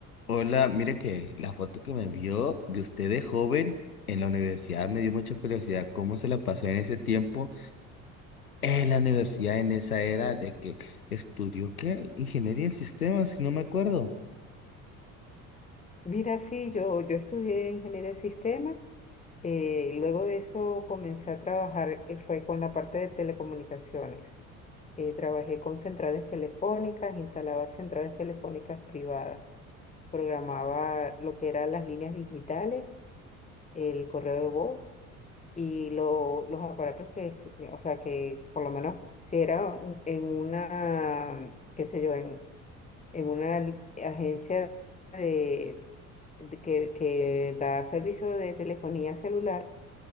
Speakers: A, on the left (about 85°); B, on the left (about 15°).
A: Hola, mire que la foto que me envió de usted de joven en la universidad me dio mucha curiosidad cómo se la pasó en ese tiempo en la universidad, en esa era de que estudió qué, ingeniería en sistemas, si no me acuerdo.
B: Mira, sí, yo, yo estudié ingeniería de sistemas, eh, y luego de eso comencé a trabajar, eh, fue con la parte de telecomunicaciones. Eh, trabajé con centrales telefónicas, instalaba centrales telefónicas privadas, programaba lo que eran las líneas digitales, el correo de voz y lo- los aparatos que, est- o sea, que por lo menos si era un- en una, qué sé yo, en una li- agencia de, de que, que da servicio de telefonía celular.